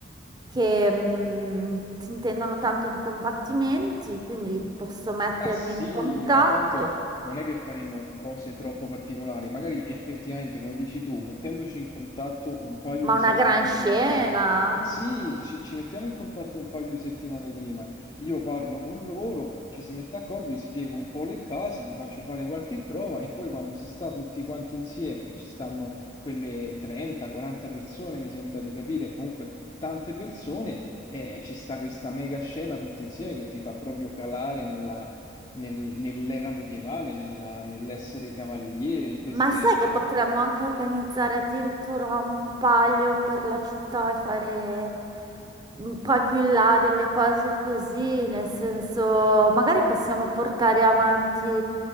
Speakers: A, on the right; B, on the left.
A: che mh, si intendono tanto di combattimenti, quindi posso mettervi
B: Ma sì,
A: in contatto.
B: ma tanto non è che faremo cose troppo particolari, magari effettivamente, come dici tu, mettendoci in contatto un paio
A: Ma
B: di
A: una
B: settimane
A: gran scena!
B: prima. Sì, ci, ci mettiamo in contatto un paio di settimane prima. Io parlo con loro, ci si mette d'accordo, gli spiego un po' le basi, gli faccio fare qualche prova e poi quando si sta tutti quanti insieme, che ci stanno quelle 30-40 persone, mi sembra di capire, comunque tante persone, eh, ci sta questa mega scena tutti insieme che ti fa proprio calare nella nel- nell'era medievale, nella- nell'essere cavaliere, in queste...
A: Ma sai che potremmo anche organizzare addirittura un palio per la città e fare mm, poi più in là delle cose così, nel senso, magari possiamo portare avanti,